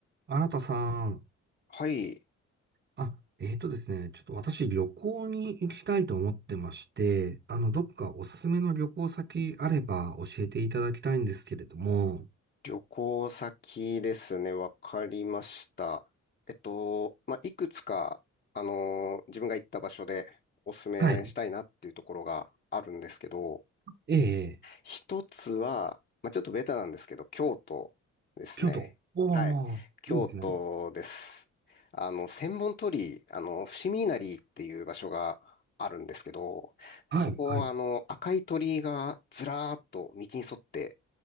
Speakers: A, on the right; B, on the left.
A: 新田さん、
B: はい。
A: あ、えーとですね、ちょっと私旅行に行きたいと思ってまして、あの、どっかおすすめの旅行先あれば教えていただきたいんですけれども、
B: 旅行先ですね。わかりました。えっと、まあ、いくつか、あのー自分が行った場所でおすすめしたいなっていうところがあるんですけど、
A: はい。ええ、
B: 一つは、まあ、ちょっとベタなんですけど、京都ですね。
A: 京都。おー、
B: はい。京都です。
A: いいですね。
B: あの、千本鳥居、あの、伏見稲荷っていう場所があるんですけど、そこはあの、
A: はい、はい。
B: 赤い鳥居がずらーっと道に沿って、